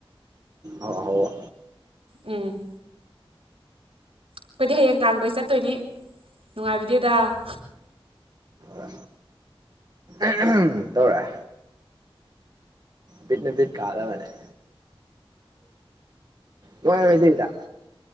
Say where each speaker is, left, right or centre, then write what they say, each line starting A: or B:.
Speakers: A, on the right (about 45°); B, on the right (about 90°).
A: ꯑꯍꯥꯎ ꯑꯍꯥꯎꯕ
B: ꯎꯝ ꯑꯩꯈꯣꯏꯗꯤ ꯍꯌꯦꯡ ꯇꯥꯡꯈꯣꯏ ꯆꯠꯇꯣꯏꯅꯤ ꯅꯨꯡꯉꯥꯏꯕꯤꯗꯦꯗ ꯑ
A: ꯑ ꯑꯍꯝ ꯇꯧꯔꯦ ꯄꯤꯠꯅ ꯄꯤꯠ ꯀꯥꯗꯕꯅꯦꯁ ꯅꯨꯡꯉꯥꯏꯗꯤꯗ